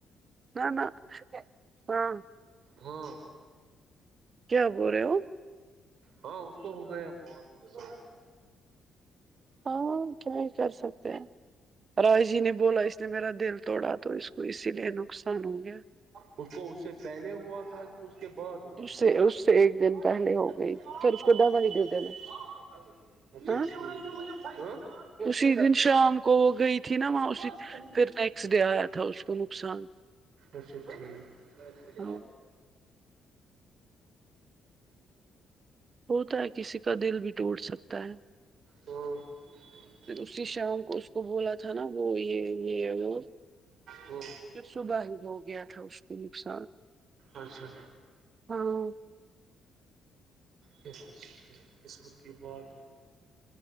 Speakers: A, on the right (about 45°); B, on the right (about 65°).
A: نہ نہ ہاں
B: ہاں
A: کیا بول رہے ہو
B: ہاں اس کو ہو گیا بہت نقصان
A: ہاں کیا ہی کر سکتے ہیں رائے جی نے بولا اس نے میرا دل توڑا تو اس کو اسی لیے نقصان ہو گیا
B: فوپو اس سے پہلے ہوا تھا کہ اس کے بعد ہوا
A: اس
B: تھا
A: سے اس سے ایک دن
B: ائیے
A: پہلے
B: ٹھیک
A: ہو
B: ہے ٹھیک
A: گئی
B: ہے اپ
A: پھر اس کو
B: ائیے
A: دوائی دے دینا
B: ہاں اپ ائیے
A: ہاں
B: ہا
A: اسی دن شام کو وہ گئی تھی نا وہاں
B: خواہش
A: اسی
B: کے ہوتے
A: پھر نیکسٹ ڈے آیا تھا اس کو نقصان
B: اچھا ٹھیک
A: ہاں ہوتا ہے کسی کا دل بھی ٹوٹ سکتا ہے
B: ہاں <inaudible>
A: اسی شام کو اس کو بولا تھا نا وہ یہ یہ بو
B: ہو
A: پھر صبح ہی ہو گیا تھا اس کو نقصان
B: اچھا
A: ہاں
B: کیا کر سکتے ہیں قسمت کی بات